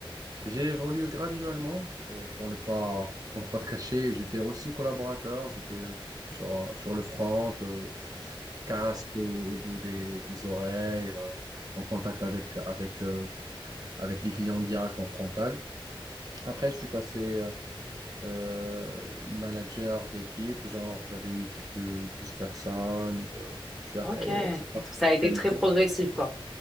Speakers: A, on the right (about 40°); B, in the centre.
A: J'ai évolué graduellement, pour, pour ne pas, pour ne pas te cacher. J'étais aussi collaborateur, j'étais sur, sur le front, euh, casque au, au bout des, des oreilles, euh, en contact avec, avec, euh, avec les clients directs en frontal. Après, je suis passé euh, euh, manager d'équipe, genre j'avais une équipe de 12 personnes, euh, je gérais
B: Ok. Et
A: euh, cette partie
B: tout ça a été
A: qualité.
B: très progressif, quoi.